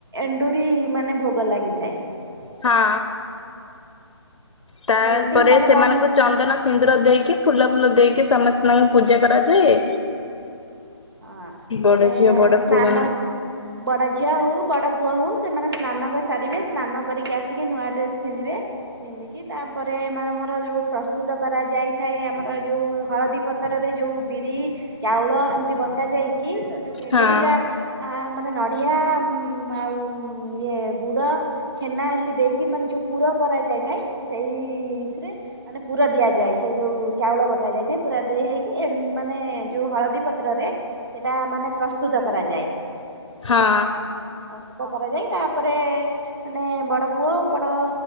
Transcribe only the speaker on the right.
ଏଣ୍ଡୁରି ମାନେ ଭୋଗ ଲାଗିଥାଏ।
ମାନେ ଏମିତି ମାନେ
ବନ୍
ହଁ
ମାନେ
ସ୍ନାନ
ବଡ ଝିଅ ହୋଉ ବଡ ପୁଅ ହୋଉ ସେମାନେ ସ୍ନାନ କ ସାରିବେ ସ୍ନାନ କରିକି ଆସିକି ନୂଆ ଡ୍ରେସ ପିନ୍ଧିବେ ପିନ୍ଧିକି ତାପରେ ମା ଆମର ଯୋଉ ପ୍ରସ୍ତୁତ କରାଯାଇଥାଏ ଆମର ଯୋଉ ହଳଦୀ ପ ପତରରେ ଯୋଉ ବିରି ଚାଉଳ ଏମ୍ତି ବଟା ଯାଇକି ତ ଯୋଉ ଏଣ୍ଡୁରିଟା
ଆ ମାନେ ନଡିଆ ଉମ୍ ଆଉ ଇଏ ଗୁଡ ଛେନା ଏମ୍ତି ଦେଇକି ମାନେ ଯୋଉ ପୁର କରାଯାଇଥାଏ ସେଇଥିରେ ମାନେ ପୁର ଦିଆଯାଏ ସେ ଯୋଉ ଚାଉଳ ବଟା ଯାଇଥାଏ ପୁରା ଦେଇ ହେଇକି ଏ ମାନେ ଯୋଉ ହଳଦୀ ପତ୍ ତ୍ର ରେ ସେଇଟା ମାନେ ପ୍ରସ୍ତୁତ କରାଯାଏ।
ପ୍ରସ୍ତୁତ କରାଯାଇ ତାପରେ ମାନେ ବଡ ପୁଅ ବଡ